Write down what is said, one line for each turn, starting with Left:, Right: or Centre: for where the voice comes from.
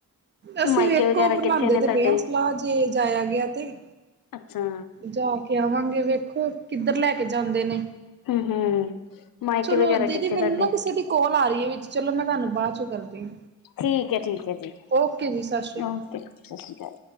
Right: ਅਸੀਂ
Left: ਮਾਇਕੇ
Right: ਵੇਖੋ
Left: ਵਗੈਰਾ
Right: ਬਣਾਉਦੇ
Left: ਕਿੱਥੇ ਨੇ
Right: ਤੇ
Left: ਤੁਹਾਡੇ
Right: ਪਏ ਹਾਂ ਸਲਾਹ ਜੇ ਜਾਇਆ ਗਿਆ ਤੇ
Left: ਅੱਛਾ
Right: ਜਾ ਕੇ ਆਵਾਂਗੇ ਵੇਖੋ ਕਿੱਧਰ ਲੈ ਕੇ ਜਾਂਦੇ ਨੇ
Left: ਹੂੰ ਹੂੰ ਮਾਇਕੇ
Right: ਚਲੋ
Left: ਵਗੈਰਾ
Right: ਦੀਦੀ
Left: ਕਿੱਥੇ
Right: ਮੈਨੂੰ
Left: ਤੁਹਾਡੇ
Right: ਨਾ ਕਿਸੇ ਦੀ ਕੋਲ ਆ ਰਹੀ ਹੈ ਵਿੱਚ ਚਲੋ ਮੈਂ ਤੁਹਾਨੂੰ ਬਾਅਦ ਕਰਦੀ
Left: ਠੀਕ ਹੈ ਠੀਕ ਹੈ ਜੀ
Right: ਓਕੇ ਜੀ ਸਤਿ ਸ਼੍ਰੀ ਅਕਾਲ।
Left: ਓਕੇ ਸਤਿ ਸ਼੍ਰੀ ਅਕਾਲ